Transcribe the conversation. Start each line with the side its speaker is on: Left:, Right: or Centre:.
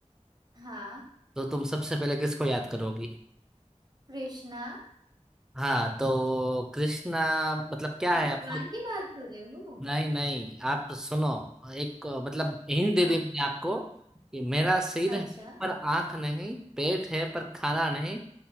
Right: हाँ
Centre: तो तुम सबसे पहले किसको याद करोगी
Right: कृष्णा
Centre: हाँ तो कृष्णा मतलब क्या है
Right: भगवान
Centre: आप
Right: की बात कर रहे हो
Centre: नहीं नहीं आप सुनो एक अ, मतलब हिंट दे
Right: हाँ
Centre: दी मैंने आपको कि मेरा सिर
Right: अच्छा
Centre: है पर आंख नहीं पेट है पर खाना नहीं